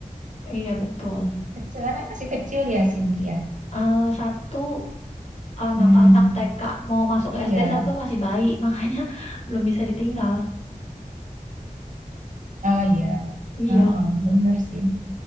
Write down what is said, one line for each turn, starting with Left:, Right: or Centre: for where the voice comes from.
Left: Iya betul.
Right: kecil, anaknya masih kecil ya Cynthia.
Left: Eh, satu anak-anak
Right: Hmm,
Left: TK mau masuk
Right: iya,
Left: SD, satu masih bayi, makanya <laughs> belum bisa ditinggal.
Right: oh iya,
Left: Iya,
Right: Heeh, bener sih.